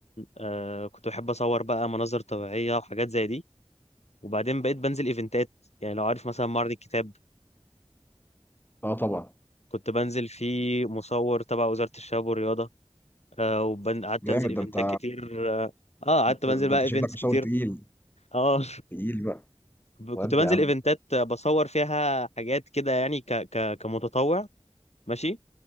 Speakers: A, on the left (about 85°); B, on the left (about 20°).
A: آه كنت بحب اصور بقى مناظر طبيعيه وحاجات زي دي وبعدين بقيت بنزل ايفنتات يعني لو عارف مثلا معرض الكتاب
B: اه طبعا
A: كنت بنزل فيه مصور تبع وزاره الشباب والرياضه آه وقعدت
B: جامد
A: انزل ايفنتات
B: ده انت
A: كتير اه آه، قعدت
B: ده,
A: بنزل
B: ده
A: بقى
B: انت
A: ايفنتس
B: شكلك مصور
A: كتير
B: تقيل
A: اه
B: تقيل بقى
A: <laughs>
B: وانت
A: كنت بنزل
B: يا عم
A: ايفنتات بصور فيها حاجات كده يعني ك ك كمتطوع ماشي